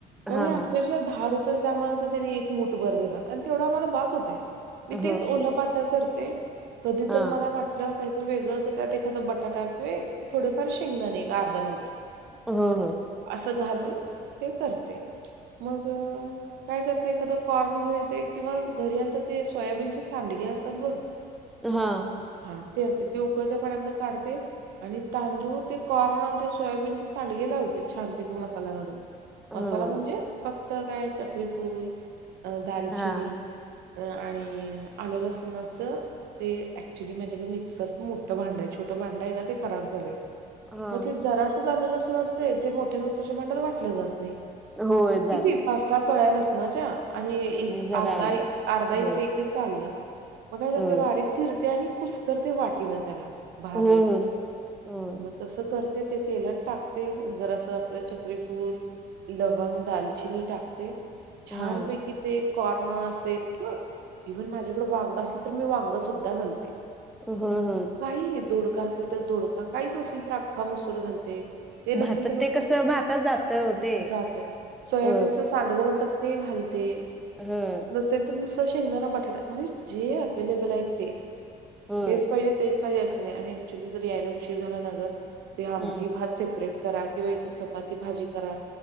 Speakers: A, on the right; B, in the centre.
A: ओ
B: हा
A: माय आपल्या
B: हा
A: दहा रूप <unintelligible> त्यांनी एक मुठ भर देता आणि तेवढ आम्हाला बस होतय मी तेच
B: हो
A: ओ पातळ करते कधी
B: हा
A: तर मला वाटलं काहीतरी वेगळं तर त्यात एखादा बटाटा किंवा थोडेफार शेंगदाने एक अर्धा मुठ
B: हो हो
A: असं घालून ते करते मग काय करते एखाददा कॉर्न घेऊन येते किंवा घरी आल तर ते सोयाबीनचे सांडगे असतात बघ.
B: हा.
A: हा ते असते ते उकडत पाण्यातन काढते आणि तांदूळ ते कॉर्न ते सोयाबीनचे सांडगे लावते छान पैकी मसाला वरून.
B: हो
A: मसाला म्हणजे फक्त काय चक्रीफूल अ दालचिनी
B: हा
A: अ आणि आल्या, लासूनाच ते ऍक्च्युअली माझ्याकडे मिक्सरच मोठं भांड आहे छोट भांड आहे ना ते खराब झालंय
B: हा
A: मग ते जरा असं झालेलं असून असते ते मोठ्या मिक्सरच्या भांड्यात वाटलं जात नाही.
B: होय जात
A: किती
B: नाही
A: पाच, सहा कळ्या लसणाच्या आणि एक,
B: जरा
A: अर्धा,
B: आलं
A: अर्धा इंच
B: हो
A: एक एक इंच आल मग काय करते
B: होय
A: बारीक चिरते आणि कुसकरते वाटीन त्याला भार
B: होय
A: देऊन.
B: होय होय
A: मग तसं करते ते तेलात टाकते जरास आपलं चक्रीफूल लवंग, दालचिनी टाकते छान
B: हा
A: पैकी ते कॉर्न असेल किंवा इव्हन माझ्याकडे वांग असल तर मी वांग सुद्धा घालते.
B: होय, होय.
A: काही हे दोडका असेल तर दोडका काहीच नसेल तर अख्खा मसूर घालते. ते नसेल
B: भातात
A: तर
B: ते कसं भातात जात हो ते
A: <inaudible> जातय <inaudible> सोयाबीन.
B: हो
A: सांडगं म्हणतात ते घालते.
B: हम्म.
A: नसेल तर शेंगदाना, बटाटा म्हणजे जे अव्लेबल आहे ते
B: होय
A: हेच, पाहिजे ते कधी असं नाही आणि ऍक्च्युली जर यायला उशीर झाला ना गं ते आमटी
B: हम्म
A: भात सेपरेट करा किंवा एक चपाती, भाजी करा